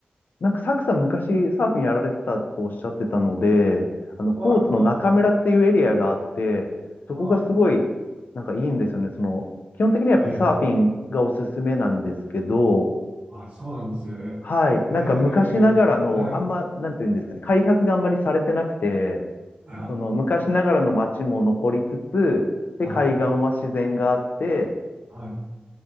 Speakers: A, on the left; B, on the right.
A: なんかサクさん昔サーフィンやられてたとおっしゃってたので、あの高知の中村っていうエリアがあって、
B: は
A: そこがすごいなんかいいんですよね。
B: い、は
A: その基本的にはやっぱりサーフィンがおすすめなんですけど、
B: い。え、あ、そうなんですね。
A: はい。
B: え
A: なんか昔ながらのあんま、
B: ー、はい、
A: なんていうんですかね、開発があんまりされてなくて、
B: あ、
A: その昔ながらの街も残りつつ、
B: はい、
A: で、海岸は自然があって、
B: はい。